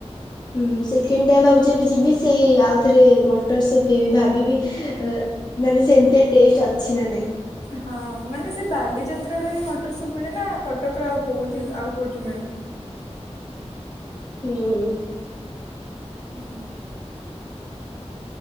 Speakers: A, on the left; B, on the left.
A: ହୁଁ ସେକେଣ୍ଡ ଟାଇମ୍ ଭାବୁଚି ଏବେ ଯିବି ସେଇ ଆଉ ଥରେ ମଟର ସୁପ୍ ପିଇବିି ଭାବ୍ ବି ବି ମାନେ ସେ ଏମିତିଆ ଟେଷ୍ଟ ଅଛି ନା ନାହିଁ।
B: ହଁ ମାନେ ସେ ବାଲିଯାତ୍ର ର ହିଁ ମଟର ସୁପ୍ ମିଳେ ନା କଟକ ର ଆଉ କୋଉଠି ଆଉ କୋଉଠି ମିଳେ?
A: ହୁଁ।
B: ହୁଁ।